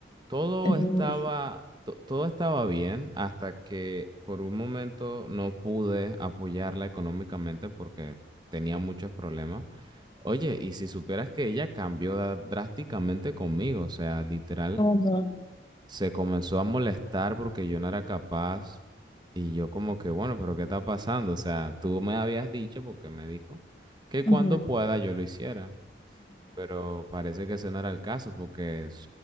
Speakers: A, on the right; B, on the left.
A: Todo
B: ujú,
A: estaba, to- todo estaba bien hasta que por un momento no pude apoyarla económicamente porque tenía muchos problemas. Oye, y si supieras que ella cambió da- drásticamente conmigo, o sea, literal
B: como,
A: se comenzó a molestar porque yo no era capaz y yo como que, bueno, pero ¿qué está pasando? O sea, tú me habías dicho, porque me dijo, que cuando
B: ujú,
A: pueda yo lo hiciera, pero parece que ese no era el caso porque s-